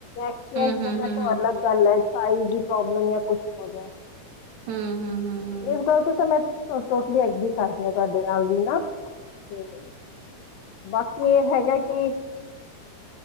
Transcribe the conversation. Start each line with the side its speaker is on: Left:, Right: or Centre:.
Left: ਐਕਸਚੇਂਜ
Right: ਹੂੰ ਹੂੰ
Left: ਕਰਨਾ
Right: ਹੂੰ
Left: ਤੋ
Right: ਹੂੰ
Left: ਅਲੱਗ ਗੱਲ ਏ। ਸਾਈਜ ਦੀ ਪੌਬਲਮ ਯਾ ਕੁਝ ਹੋ ਜੇ।
Right: ਹੂੰ ਹੂੰ ਹੂੰ ਹੂੰ
Left: ਇਸ ਗੱਲ ਤੋ ਤਾਂ ਮੈਂ ਟੋਟਲੀ ਐਗ੍ਰੀ ਕਰਦੀ ਆ। ਤੁਹਾਡੇ ਨਾਲ ਵੀ ਨਾ। ਤੇ। ਬਾਕੀ ਇਹ ਹੈਗਾ ਕਿ।